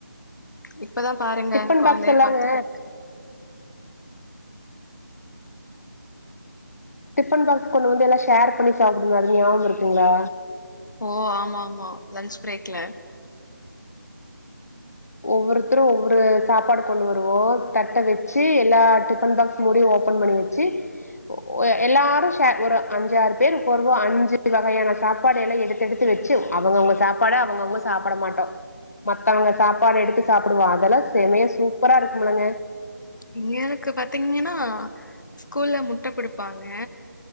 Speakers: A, on the left (about 70°); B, on the left (about 50°).
A: இப்பதா பாருங்க
B: டிஃபன்
A: கொழந்தைய
B: பாக்ஸ் எல்லாங்க
A: பாத்துக்கறக்கு
B: டிபன் பாக்ஸ் கொண்டு வந்து எல்லா ஷேர் பண்ணி சாப்டுவோ அது ஞாபக இருக்குங்ளா
A: ஓ ஆமா ஆமா லஞ்ச் பிரேக்ல
B: ஒவ்வொருத்தரு ஒவ்வொரு சாப்பாடு கொண்டு வருவோ தட்ட வச்சு எல்லா டிஃபன் பாக்ஸ் மூடியு ஓபன் பண்ணி வச்சு ஒ எல்லாரு ஷேர் ஒரு அஞ்சாறு பேரு ருப்போ பொதுவா அஞ்சு வகையான சாப்பாடு எல்லா எடுத்து எடுத்து வச்சு அவங்கவங்க சாப்பாட அவங்கவங்க சாப்ட மாட்டோ மத்தவங்க சா ப்பாடு எடுத்து சாப்டுவோ அதெல்லா செமையா சூப்ரா இருக்குமிளங்க
A: இங்கருக்கு பாத்தீங்கன்னா ஸ்கூல்ல முட்ட கொடுப்பாங்க